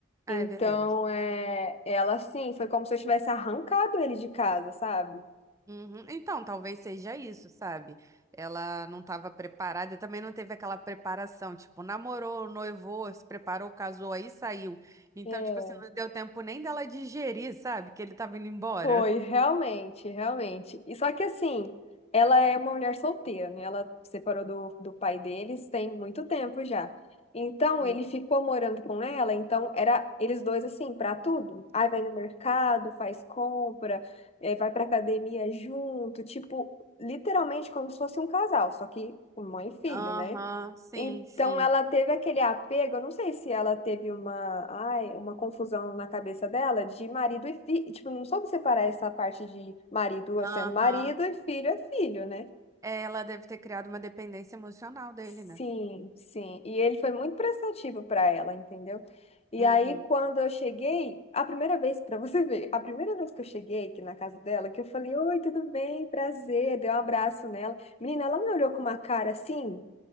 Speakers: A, on the right (about 15°); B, on the left (about 35°).
A: Ah,
B: Então,
A: é verdade.
B: é, ela assim, foi como se eu tivesse arrancado ele de casa, sabe?
A: Uhum. Então, talvez seja isso, sabe? Ela não estava preparada e também não teve aquela preparação, tipo, namorou, noivou, se preparou, casou, aí saiu. Então,
B: É.
A: tipo assim, não deu tempo nem dela digerir, sabe? Que ele tava indo embora.
B: Foi, realmente, realmente. E só que assim, ela é uma mulher solteira, né? Ela separou do, do pai deles tem muito tempo já. Então,
A: Hum.
B: ele ficou morando com ela, então era eles dois assim, pra tudo. Aí vai no mercado, faz compra, eh, vai pra academia junto, tipo, literalmente como se fosse um casal, só que mãe e filho,
A: Aham,
B: né?
A: sim,
B: Então
A: sim.
B: ela teve aquele apego, eu não sei se ela teve uma, ai, uma confusão na cabeça dela de marido e filho, tipo, não soube separar essa parte de marido
A: Aham.
B: sendo marido e filho é filho, né?
A: É, Ela deve ter criado uma dependência emocional dele,
B: Sim,
A: né?
B: sim. E ele foi muito prestativo para ela, entendeu? E
A: Uhum.
B: aí quando eu cheguei, a primeira vez para você <laughs> ver, a primeira vez que eu cheguei aqui na casa dela, que eu falei: "Oi, tudo bem? Prazer". Dei um abraço nela. Menina, ela me olhou com uma cara assim,